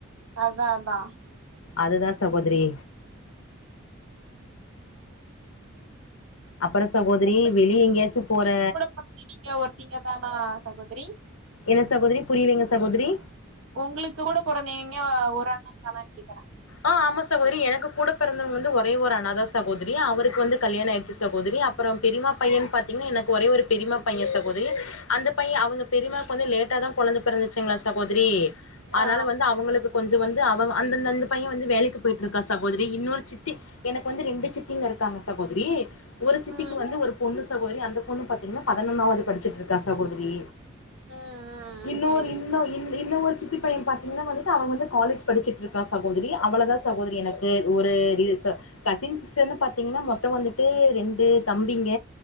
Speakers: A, on the right (about 85°); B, on the left (about 90°).
A: அதா அதா
B: அதுதா சகோதிரி அப்புற சகோதரி
A: உங்களுக்கு
B: வெளிய எங்கேயாச்சு
A: உங்களுக்கு
B: போற
A: கூட பொறந்தவிங்க ஒருத்திங்க தானா சகோதரி
B: என்ன சகோதரி புரியலைங்க சகோதரி
A: உங்களுக்கு கூட பொறந்தவிங்கோ ஒரு அண்ணதானானு கேக்கற
B: ஆ ஆமா சகோதரி எனக்கு கூட பிறந்தவங்க வந்து ஒரே ஒரு அண்ணாதா சகோதரி அவருக்கு வந்து கல்யாண ஆயிற்சி சகோதரி அப்புறம் பெரியமா பையன் பாத்தீங்கன்னா எனக்கு ஒரே ஒரு பெரியமா பையன் சகோதரி அந்த பைய அவங்க பெரியமாக்கு வந்து லேட்டாதா கொழந்த பிறந்துச்சுங்களா சகோதரி அதனால
A: ஆ
B: வந்து அவங்களுக்கு கொஞ்சோ வந்து அவங்க அந்தந்தந்து பையன் வந்து வேலைக்கு போயிட்டு இருக்கா சகோதரி இன்னொரு சித்தி எனக்கு வந்து ரெண்டு சித்திங்க இருக்காங்க சகோதரி ஒரு சித்திக்கு
A: ம்
B: வந்து ஒரு பொண்ணு சகோதரி அந்த பொண்ணு பாத்தீங்கன்னா பதினொன்னாவது படிச்சிட்டு இருக்கா சகோதரி
A: ம்
B: இன்னொரு
A: ம் சேரிங்
B: இன்னு இன் இன்னு ஒரு சித்தி பையன் பாத்தீங்கன்னா வந்துட்டு அவ வந்து காலேஜ் படிச்சிட்டு இருக்கா சகோதரி அவ்ளதா சகோதரி எனக்கு ஒரு ரீல்ஸ் கசின் சிஸ்டர்னு பாத்தீங்கன்னா மொத்தோ வந்துட்டு ரெண்டு தம்பிங்க